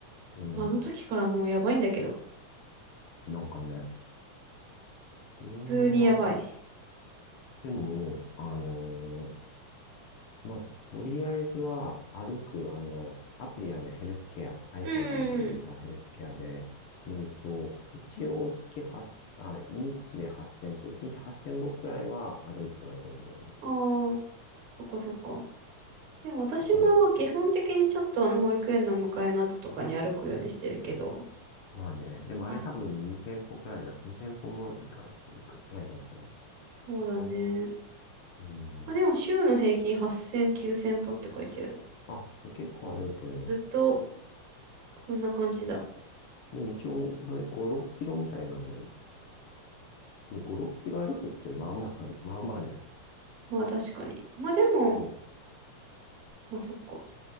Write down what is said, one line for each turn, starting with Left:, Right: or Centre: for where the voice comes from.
Left: うん、
Right: まあ、あの時からもうやばいんだけど、
Left: なんかね、うーん
Right: 普通にやばい。
Left: でも、あのーまあ、とりあえずは歩く、あの、アプリやね、ヘルスケア、iPhone
Right: うんうん
Left: のアプリでさ、ヘルスケアで見ると、一応月8、あ、日で8000歩、1日8000歩くらいは歩いてはいるんだよね。
Right: うん。ああ、そっかそっか。でも私もまあ基本的にちょっとあの保育園の迎えの後とかに歩くようにしてるけど、
Left: だから、まあね、でもあれ多分2000歩くらいだ、
Right: はい
Left: 2000歩もいか、いくくらいだと思
Right: そうだね。
Left: う。うん。
Right: まあでも週の平均8000、9000歩って書いてある。
Left: あ、結構歩いてるね。
Right: ずっとそんな感じだ。
Left: でも一応、それ5、6キロみたいなんだよ。で、5、6キロ歩くってまあまあ、まあまあじゃん。
Right: まあ確かに。まあでも、
Left: そ
Right: まあそっか。